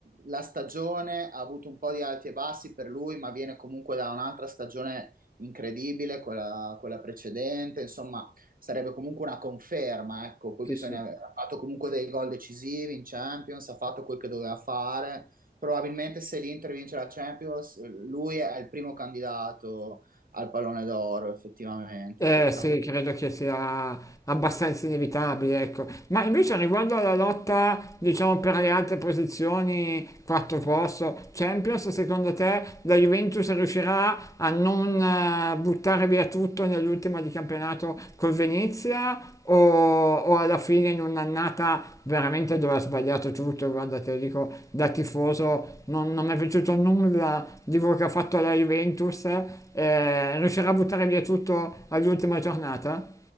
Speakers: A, on the right; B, on the left.
A: la stagione ha avuto un po' di alti e bassi per lui, ma viene comunque da un'altra stagione incredibile, quella, quella precedente, insomma sarebbe comunque una conferma, ecco, poi
B: Sì,
A: bisogna
B: sì.
A: aver ha fatto comunque dei gol decisivi in Champions, ha fatto quel che doveva fare, probabilmente se l'Inter vince la Champions, lui è il primo candidato al pallone d'oro, effettivamente,
B: Eh
A: purtroppo.
B: sì, credo che sia abbastanza inevitabile, ecco. Ma invece riguardo alla lotta, diciamo, per le altre posizioni, quarto posto, Champions, secondo te la Juventus riuscirà a non eh, buttare via tutto nell'ultima di campionato col Venezia o o alla fine in un'annata veramente dove ha sbagliato tutto, guarda te lo dico da tifoso, non, non mi è piaciuto nulla di quello che ha fatto la Juventus, eh, riuscirà a buttare via tutto all'ultima giornata?